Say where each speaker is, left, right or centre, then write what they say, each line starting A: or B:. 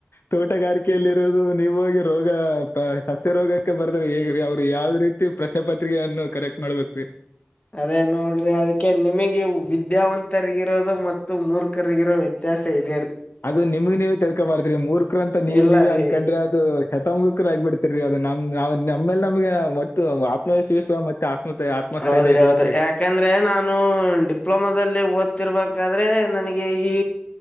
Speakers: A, on the left (about 75°); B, on the left (about 35°).
A: ತೋಟಗಾರಿಕೆಯಲ್ಲಿ ದು ನೀವು ಹೋಗಿ ರೋಗ ಸಸ್ಯ ರೋಗಕ್ಕೆ ಬರ್ದ್ರ ಹೇಗ ರೀ ಅವ್ರು ಯಾವ್ದ ರೀತಿ ಪ್ರಶ್ನೆ ಪತ್ರಿಕೆಯನ್ನು ಕರೆಕ್ಟ್ ಮಾಡ್ಬೇಕ ರೀ
B: ಅದೇ ನೋಡ್ರಿ ಅದಕ್ಕೆ ನಿಮಗೆ ವಿದ್ಯಾವಂತರಿಗಿರೋದು ಮತ್ತು ಮುರ್ಖ ಕ್ಕಗರ ವ್ಯತ್ಯಾಸ ಇದೆರಿ
A: ಅದು ನಿಮ್ಗ್ ನೀವೇ ತಿಳ್ಕೊಬಾರತರಿ ಮೂರ್ಖರ ಅಂತ ನೀವ
B: ಇಲ್ಲ
A: ನೀವೇ
B: ರೀ
A: ಅನ್ಕೊಂಡ್ರೆ ಅದು ಸೆತ್ ಮೂರ್ಖರು ಆಗ್ಬಿಡ್ತಿರಿ ಅದು ನಮ್ ನಮ್ಮೇಲೆ ನಮಗೆ ಒಟ್ಟ ಆತ್ಮವಿಶ್ವಾಸ ಮ ಆತ್ಮ ಆತ್ಮಸ್ಥೈರ್ಯ
B: ಹೌದ್ರಿ
A: ಇರ್ಬೇಕ
B: ಹೌದ್ರಿ
A: ರಿ
B: ಯಾಕಂದ್ರೆ ನಾನು ಡಿಪ್ಲೊಮಾದಲ್ಲಿ ಓದ್ತಿರ್ಬೇಕಾದ್ರೆ ನನಗೆ ಈ.........